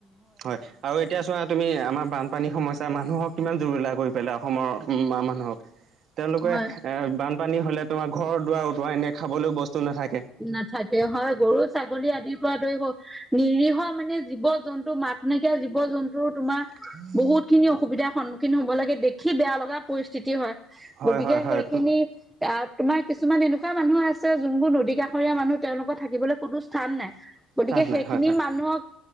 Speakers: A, on the right; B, in the centre.
A: হয় আৰু এতিয়া চোৱা তুমি আমাৰ বানপানী সমস্যা মানুহক কিমান জুৰুলা কৰিব ধৰি অসমৰ মানুহক। তেওঁলোকে
B: হয়
A: এ বানপানী হলে তোমাৰ ঘৰ দুৱাৰ উটোৱাই নিয়ে খাবলৈও বস্তু নাথাকে
B: নাথাকে হয় গৰু ছাগলী আদি উতয়িব, নিৰীহ মানে জীৱ জন্তু মাত নাইকিয়া জীৱ জন্তু তোমাৰ
A: <inaudible>
B: বহুতখিনি অসুবিধাৰ সন্মুখীন হ'ব লাগে দেখি বেয়া লগা পৰিস্থিতি হয়।
A: হয়
B: গতিকে
A: হয় হয়
B: সেইখিনি আহ তোমাৰ কিছুমান এনেকুৱা মানুহ আছে যোনবোৰ নদী কাষৰীয়া মানুহ তেওঁলোকৰ থাকিবলৈ কোনো স্থান নাই গতিকে
A: চান্স নাই
B: সেইখিনি
A: হয় হয়
B: মানুহক